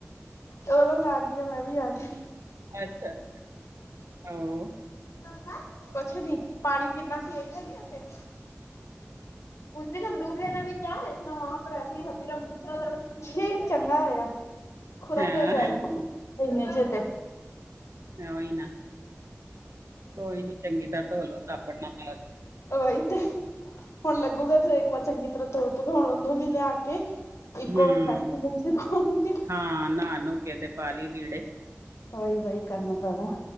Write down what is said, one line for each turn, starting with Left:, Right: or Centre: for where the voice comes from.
Left: ਚਲੋ ਮੈਂ ਆ ਗਈ ਆ। ਮੈਂ ਵੀ ਆ ਗੀ
Right: ਅੱਛਾ ਅ ਹਾਂ।
Left: ਹਦਾ ਕੋਛ ਨੀ ਪਾਣੀ ਕਿੰਨਾ ਸੀ, ਇਥੇ ਨ ਉਸ ਦਿਨ ਹਮ ਦੂਸਰੇ ਨੇ ਵੀ ਕਿਹਾਿਆ <unintelligible> ਲ ਚ ਪਰ ਵੈਸੇ ਤਾਂ ਫਿਰ, ਦੂਸਰਾ ਤਰ ਚੰਗਾ ਯਾਰ ਹੋਏਆ ਖੁਰਾ
Right: ਹਾਂ
Left: ਕੇ ਹੋ ਜਾਣੇ, ਇਨੇ ਚਿਰਦੇ
Right: ਏਹੋ ਈ ਨਾ ਕੋਈ ਨੀ ਚੰਗੀ ਤਰਾ ਧੋਲੋ ਸੱਬਨ ਨਾਲ ਪੈਰ
Left: ਹੀ ਤੇ ਹੁਣ ਲੱਗੂਗਾ। ਜ ਇੱਕ ਵਾਰ ਚੰਗੀ ਤਰ੍ਹਾਂ ਤੋਤੂਗਾ। ਹੁਣ ਉਹਨੂੰ ਵੀ ਲਿਆ ਕੇ। ਇੱਕੋ
Right: ਹਮ
Left: ਵਾਰ ਮੈਕਸੀ ਮੁਕਸੀ ਪਾਉਂਗੇ
Right: ਹਾਂ। ਨਹਾ ਨ। ਕੇਤੇ ਪਾੀ ਲਏ।
Left: ਵਹੀ-ਵਹੀ ਕਰਨਾ ਪੈਣਾ।